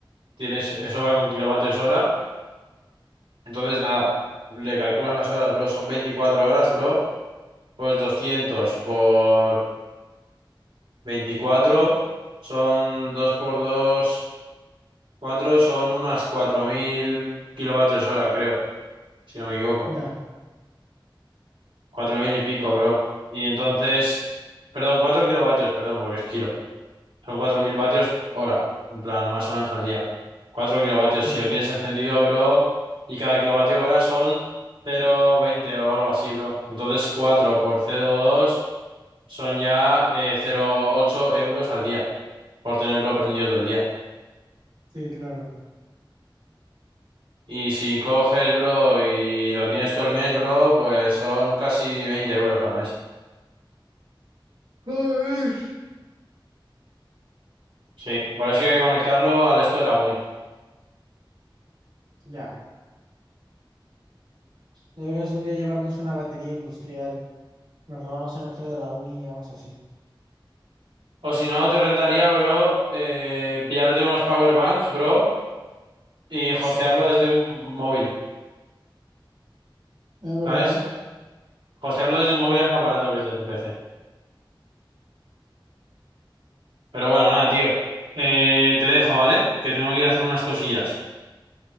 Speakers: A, on the right (about 85°); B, on the right (about 65°).
A: tienes, eso va con kilovatios hora. Entonces, nada, le calculas las horas, bro, son 24 horas, bro. Pues 200 por... 24 son 2 por 2 4 son unas 4.000 kilovatios hora, creo, si no me equivoco.
B: Ya,
A: cuatro mil y pico, bro. Y entonces, perdón, 4 kilovatios, perdón, porque es kilo. Son 4.000 vatios hora, en plan, más o menos al día. cuatro kilovatios,
B: sí,
A: si lo tienes encendido, bro, y cada kilovatio hora son cero coma veinte o algo así, bro. Entonces, 4 por cero coma dos son ya eh, cero coma ocho euros al día, por tenerlo prendido todo el día.
B: sí, claro.
A: Y si coges, bro, y lo tienes todo el mes, bro, pues son casi 20 euros al mes.
B: Joder.
A: Sí, por eso hay que conectarlo al esto de la uni.
B: Ya. Deberíamos un día llevarnos una batería industrial. Nos robamos energía de la uni y vamos así.
A: O si no, te rentaría, bro, eh, pillarte unos power banks, bro, y hostearlo
B: Sí,
A: desde un móvil,
B: es verdad.
A: ¿sabes? Hostearlo desde un móvil es más barato que desde el PC. Pero bueno, nada, tío. Eh, te dejo, ¿vale? Que tengo que ir a hacer unas cosillas.